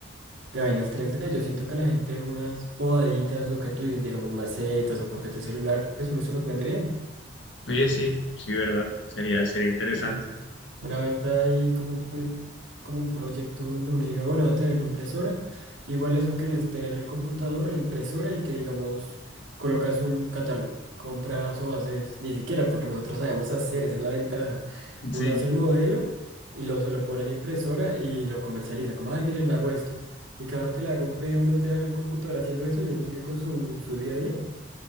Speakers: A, on the right (about 85°); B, on the left (about 65°).
A: de vainas tres d Yo siento que la gente, unas bodaditas, lo que tú dices, digamos, macetas o portátiles celulares, uno se los vende bien.
B: oye, sí, sí, ¿verdad? Sería, sería interesante.
A: ya una venta ahí como, como un proyecto donde uno diga, bueno, voy a tener mi impresora. Igual eso que es tener el computador, la impresora y que digamos colocas un catálogo, compras o haces, ni siquiera porque nosotros sabemos hacer, esa es la ventaja. Uno
B: Sí,
A: hace el modelo y luego se lo pone a la impresora y lo comercializa, como, ay, miren, hago esto. Y cada que le haga un pedido uno es dejar el computador haciendo eso y uno sigue con su, su día a día.